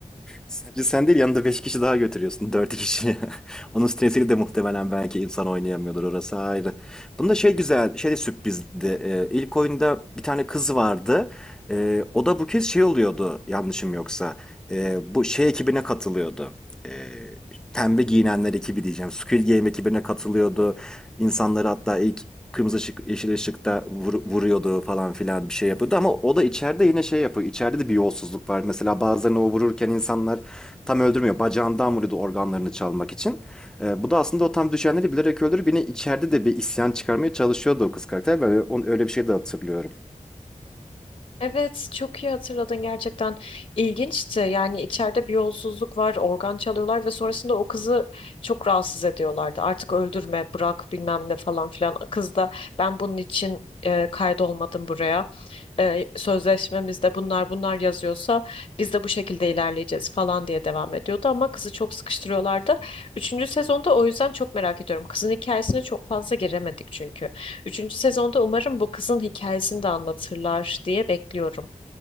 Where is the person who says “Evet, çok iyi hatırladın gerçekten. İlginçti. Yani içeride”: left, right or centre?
Left